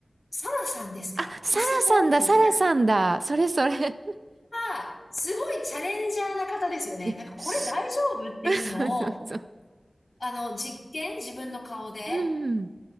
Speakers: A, on the left; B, on the right.
A: サラさんですかコスモータサラ。
B: あ、サラさんだ、サラさんだ、それそれ。<laughs>
A: が、すごいチャレンジャーな方ですよね。
B: え、
A: なんかこれ大丈夫っていうのを、
B: す、<laughs> そうそうそう。
A: あの、実験、自分の顔で。
B: うん